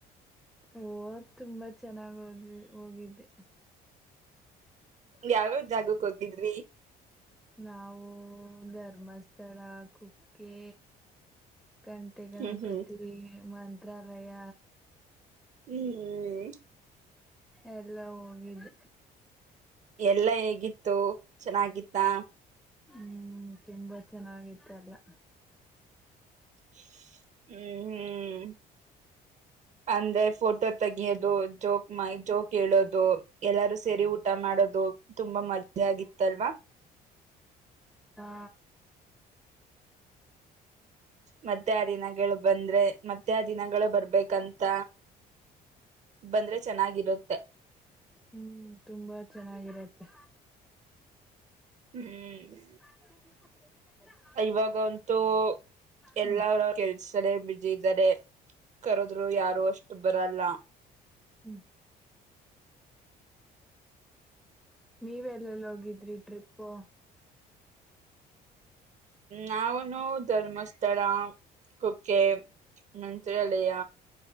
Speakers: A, in the centre; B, on the right (about 45°).
A: ಓ ತುಂಬಾ ಚೆನ್ನಾಗ್ ಓದಿದ ಹೋಗಿದ್ದೆ
B: ಯಾವ್ಯಾವ ಜಾಗಕ್ ಹೋಗಿದ್ರಿ
A: ನಾವು ಧರ್ಮಸ್ಥಳ ಕುಕ್ಕೆ ಕಂಟೆ ಗಣಪತಿ
B: ಹ್ಮ್ ಹ್ಮ್
A: ಮಂತ್ರಾಲಯ
B: ಹ್ಮ್ ಹ್ಮ್
A: ಎಲ್ಲ್ ಹೋಗಿದ್ದೆ
B: ಎಲ್ಲ್ ಹೇಗಿತ್ತು ಚೆನ್ನಾಗಿತ್ತಾ
A: ಹ್ಮ್ ತುಂಬಾ ಚೆನ್ನಾಗಿತ್ತ ಎಲ್ಲಾ
B: ಹ್ಮ್ ಹ್ಮ್ ಅಂದ್ರೆ ಫೋಟೋ ತೆಗಿಯೋದು ಜೋಕ್ ಮ ಜೋಕ್ ಹೇಳೋದು ಎಲ್ಲಾರೂ ಸೇರಿ ಊಟ ಮಾಡೋದು ತುಂಬಾ ಮಜ್ಜಾ ಆಗಿತ್ತಲ್ವಾ
A: ಹಾ
B: ಮತ್ತೆ ಆ ದಿನಗಳು ಬಂದ್ರೆ ಮತ್ತೆ ಆ ದಿನಗಳು ಬರ್ಬೇಕಂತ ಬಂದ್ರೆ ಚೆನ್ನಾಗಿರುತ್ತೆ
A: ಹ್ಮ್ ತುಂಬಾ ಚೆನ್ನಾಗಿರತ್ತೆ
B: ಹ್ಮ್
A: <unintelligible>
B: ಇವಾಗಂತೂ ಎಲ್ಲರು
A: ಹ್ಮ್
B: ಅವರವರ ಕೆಲಸದಲ್ಲಿ ಬಿಜಿ ಇದ್ದಾರೆ ಕರೋದ್ರು ಯಾರು ಅಷ್ಟು ಬರಲ್ಲ
A: ಹ್ಮ್ ನೀವಲ್ಲೆಲ್ಲಿ ಹೋಗಿದ್ರಿ ಟ್ರಿಪ್ು
B: ನಾವನು ಧರ್ಮಸ್ಥಳ ಕುಕ್ಕೆ ನಂತರ ಅಲಯ